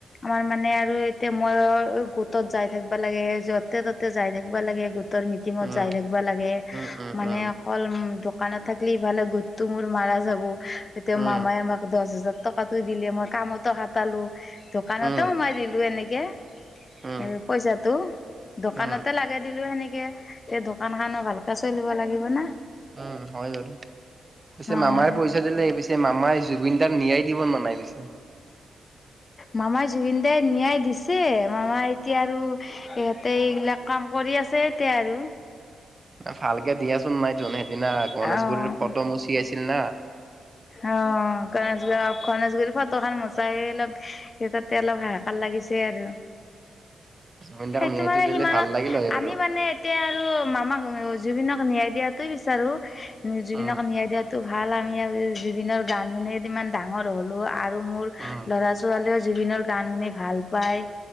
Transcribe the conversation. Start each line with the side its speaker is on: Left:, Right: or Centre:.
Left: আমাৰ মানে আৰু এতিয়া মইও গোটত যাই থাকিবা লাগে হে জ তই তাতে যাই থাকিবা লাগে গোটৰ মিটিঙত
Right: উম।
Left: যাই থাকিবা লাগে
Right: উম, উম,
Left: মানে
Right: উম,
Left: অকল দো দোকানত থাকিলে ইফালে গোটটো মোৰ মাৰা যাব, এতিয়া
Right: উম,
Left: মামাই আমাক দহ হাজাৰ টকাতো দিলে, মই কামত অহা পালোঁ দোকানতো
Right: উম,
Left: আমাৰ দিলোঁ এনেকৈ
Right: উম,
Left: পইচাটো দোকানতো
Right: উম,
Left: লাগে দিলোঁ সেনেকে, এই দোকান খানো ভালকে চলিব লাগিব ন
Right: উ'ম হয় বাৰু পিছে
Left: হয়
Right: মামাৰ পইচা দিলে, পিছে মামাই জুবিন তাক নিয়াই দিব নাই পিছে?
Left: মামাই জুবিনদাই ন্যায় দিছে, মামা এতিয়া আৰু এ এ এইগিলাক কাম কৰি আছে, এতিয়া আৰু
Right: ভালকে দিয়াচোন <unintelligible> গণেশগুৰিৰ
Left: অ',
Right: ফটো ম চিয়াইছিল না
Left: অ' গৈ আছোঁ ৰ' গণেশগুৰি ফটো খন <unintelligible> সেই তাতেই আলপ হাহাকাৰ লাগিছে আৰু
Right: জুবিনদাক
Left: সেইতো
Right: নিয়াইটো
Left: মানে
Right: দিলে
Left: সিমানত
Right: ভাল লাগিল হয় বাৰু।
Left: আমি মানে এতিয়া আৰু মামাক জুবিনক ন্যায় দিয়াটোৱেই বিচাৰো, জুবিনক
Right: উম,
Left: ন্যায় দিয়াটোৱেই বিচাৰো ভাল আমি, আমি জুবিনৰ গান শুনিয়েই কিমান ডাঙৰ হ'লো আৰু মোৰ,
Right: উম,
Left: লৰা ছোৱালীয়েও জুবিনৰ গান শুনি ভাল পায়